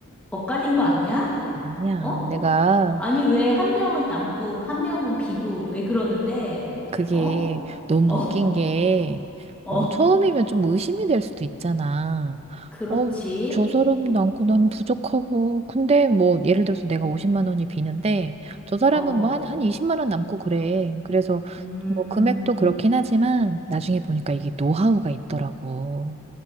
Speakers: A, in the centre; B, on the right.
A: 엇갈린 거 아니야?
B: 아니야.
A: 어?
B: 내가
A: 아니, 왜 한 명은 남고 한 명은 비고 왜 그러는데?
B: 그게
A: 어?
B: 너무
A: 어?
B: 웃긴 게,
A: 어,
B: 어, 처음이면 좀 의심이 될 수도 있잖아.
A: 그렇지.
B: 어, 저 사람 많고 나는 부족하고. 근데 뭐, 예를 들어서 내가 50만 원이 비는데, 저 사람은
A: 어,
B: 뭐 한, 한 20만 원 남고 그래. 그래서
A: 음,
B: 뭐, 금액도 그렇긴 하지만, 나중에 보니까 이게 노하우가 있더라고.